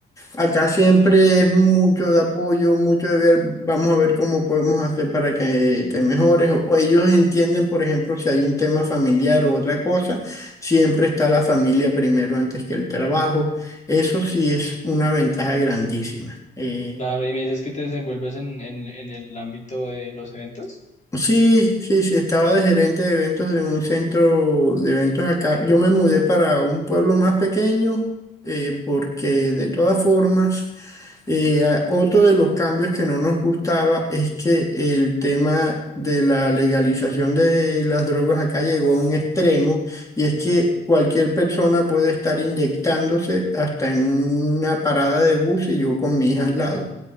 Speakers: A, on the left; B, on the left.
A: acá siempre es mucho de apoyo, mucho de ver, vamos a ver cómo podemos hacer para que te mejores. O, o ellos entienden, por ejemplo, si hay un tema familiar o otra cosa, siempre está la familia primero antes que el trabajo. Eso sí es una ventaja grandísima. Eh,
B: Claro, y me dices que te desenvuelves en, en, en el ámbito de los eventos.
A: Sí, sí, sí, estaba de gerente de eventos de un centro de eventos acá. Yo me mudé para un pueblo más pequeño eh, porque de todas formas, eh, a- otro de los cambios que no nos gustaba es que el tema de la legalización de las drogas acá llegó a un extremo y es que cualquier persona puede estar inyectándose hasta en una parada de bus y yo con mi hija al lado.